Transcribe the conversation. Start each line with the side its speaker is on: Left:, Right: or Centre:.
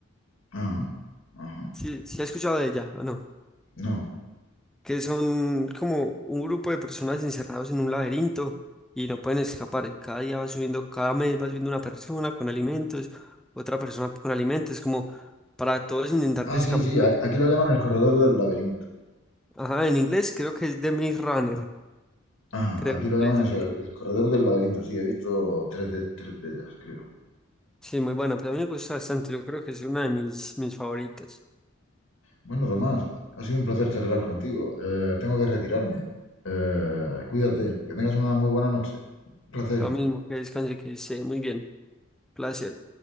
Left: Ajá, ajá.
Centre: ¿Sí, sí ha escuchado de ella o no?
Left: No.
Centre: que son como un grupo de personas encerrados en un laberinto y no pueden escapar. Y cada día va subiendo, cada mes va subiendo una persona con alimentos, otra persona con alimentos, como para todos intentar
Left: Ah,
Centre: de
Left: sí,
Centre: escapar
Left: sí, a-
Centre: de...
Left: aquí lo llaman el corredor del laberinto.
Centre: Ajá, en inglés creo que es The Maze Runner,
Left: Ajá,
Centre: creo.
Left: aquí lo llaman
Centre: que es de-
Left: eso, el el corredor del laberinto. Sí, he visto tres de, tres de ellas, creo.
Centre: Sí, muy buena, pero a mí me gusta bastante, yo creo que es una de mis, mis favoritas.
Left: Bueno, Tomás, ha sido un placer charlar contigo. Eh, tengo que retirarme. Eh, cuídate, que tengas una muy buena noche. Un placer.
Centre: Lo mismo que descanse, que esté muy bien. Placer.